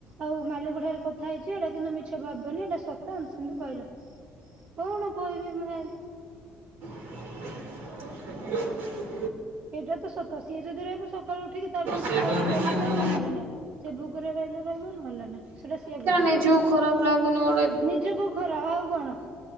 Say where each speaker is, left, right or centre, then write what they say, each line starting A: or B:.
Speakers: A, on the right; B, on the right.
A: ଆଉ ମାଲିକ ଠାରୁ କଥା ହେଇଛି ଏଇଟା କିନ୍ତୁ ମିଛ ଭାବନି ଏଇଟା ସତ ଏମିତି ସେମିତି କହିଲା କୋଇ ବି ମାର
B: <inaudible>
A: ଏଇଟା ତ ସତ ସିଏ ଯଦି ରହିବ ସକାଳୁ ଉଠିକି ତାର ପାଇଁ
B: ଆରେ
A: ସେ ଖାଇକି ଗଲେ ଯାଉ ନହେଲେ ନାାଇଁ ସିଏ ଭୁକରେ ରହିଲେ ରହିବ ନହେଲେ ନାଇଁ ସେଟା ସିଏ ବୁଝିବ
B: ନିଜକୁ ଖରାପ ଲାଗୁନି ଗୋଟେ
A: ନିଜକୁ ଖରା ଆଉ କଣ?